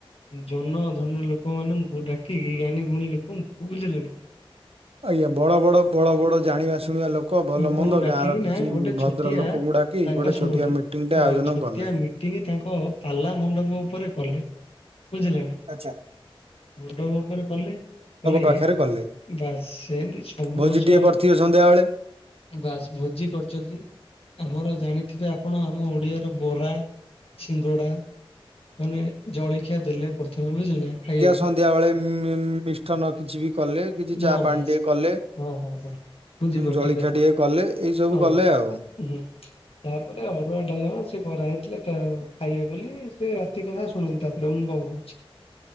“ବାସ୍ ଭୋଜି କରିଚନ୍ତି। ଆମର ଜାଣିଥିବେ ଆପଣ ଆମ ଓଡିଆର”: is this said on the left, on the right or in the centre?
Left